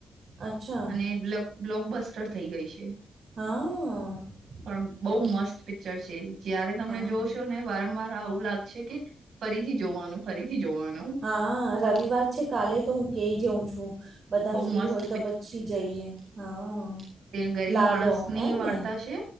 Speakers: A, on the right; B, on the right.
A: અચ્છા
B: અને <unintelligible> બ્લોક બસ્ટર થઇ ગઈ છે.
A: હા.
B: પણ
A: તો
B: બહુ મસ્ત પિક્ચર છે જયારે તમને
A: હા
B: જોશો ને વારંવાર આવું લાગશે કે ફરીથી જોવાનું ફરીથી જોવાનું
A: હા રવિવાર છે કાલે તો હું કેઈ જઉં છું બધા
B: બહુ
A: ફ્રી
B: મસ્ત
A: હોય તો પછી જઈએ હા
B: ત્યા ગરીબ
A: લાલો
B: માણસ ની
A: એમ
B: વાર્તા
A: ને
B: છે